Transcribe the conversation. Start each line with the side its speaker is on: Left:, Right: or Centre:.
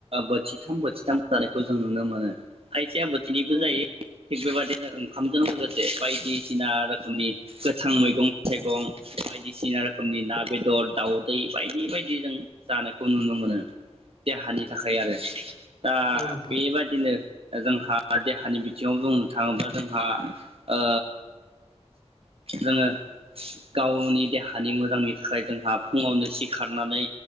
Right: बोथिथाम बोथिथाम जानायखौ जों नुनो मोनो खाय सेया बोथिनैबो
Left: औ
Right: जायो
Left: नोंथां
Right: थिग बेबादिनो ओंखामजों लोगोसे बायदिसिना रोखोमनि गोथां मैगं-थाइगं बायदिसिना रोखोमनि ना बेदर दाउदै बायदि-बायदि जों जानायखौ नुनो मोनो देहानि थाखाय आरो। दा
Left: औ नोंथां
Right: बेबादिनो जोंहा देहानि बिथिङाव बुंनो थाङोब्ला जोंहा ओ जोङो गावनि देहानि मोजांनि थाखाय जोंहा फुङावनो सिखारनानै